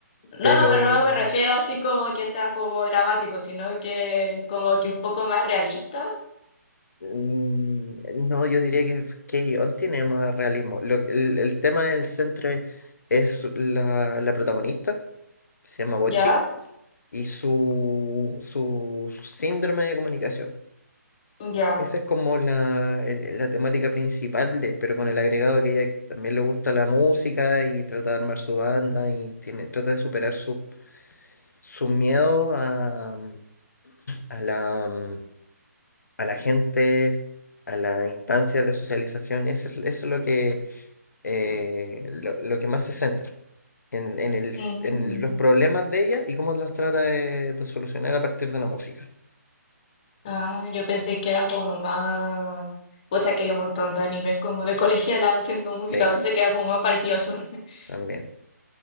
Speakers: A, on the left; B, on the left.
A: Pero
B: No, no, pero no me refiero así como que sea como dramático, sino que como que un poco más realista,
A: mm, no, yo diría que K-On! tiene más realismo. Lo- el, el tema del centro es es la, la protagonista, que se llama Bochi,
B: ya
A: y su, su su síndrome de comunicación.
B: Ujú, Ya.
A: Esa es como la, el- la temática principal, de, pero con el agregado de que ella también le gusta la música y trata de armar su banda y tiene, trata de superar su, su miedo a, a la, mm, a la gente, a las instancias de socialización. Eso es, eso es lo que, eh, lo, lo que más se centra, en, en el,
B: Mm.
A: en los problemas de ella y cómo los trata de, de solucionar a partir de la música.
B: Ah, yo pensé que era como más... Pucha, que hay un montón de animes como de colegiala haciendo música,
A: Sí,
B: pensé que era como más parecido a eso. <laughs>
A: también.